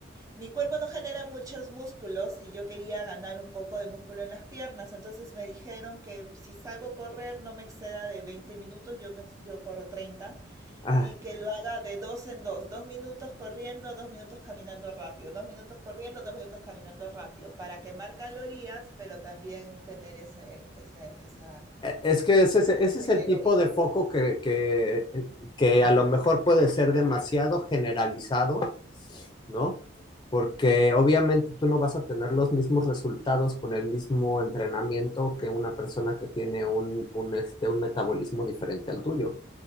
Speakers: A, on the right; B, on the left.
A: mi cuerpo no genera muchos músculos y yo quería ganar un poco de músculo en las piernas, entonces me dijeron que si salgo a correr no me exceda de 20 minutos, yo, me- yo corro 30,
B: Ah.
A: y que lo haga de dos en dos, dos minutos corriendo, dos minutos caminando rápido, dos minutos corriendo, dos minutos caminando rápido, para quemar calorías, pero también tener ese, ese, esa,
B: eh, Es que ese, es- ese,
A: ese tema
B: es el
A: aeróbico.
B: tipo de foco que, que, que, a lo mejor puede ser demasiado generalizado ¿no? Porque obviamente tú no vas a tener los mismos resultados con el mismo entrenamiento que una persona que tiene un, un, este, un metabolismo diferente al tuyo.